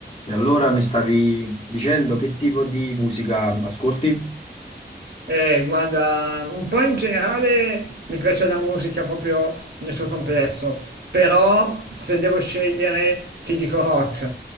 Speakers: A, on the left (about 35°); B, on the right (about 70°).
A: E allora mi stavi dicendo che tipo di musica ascolti?
B: Eh, guarda, un po' in generale mi piace la musica proprio nel suo complesso, però se devo scegliere ti dico rock,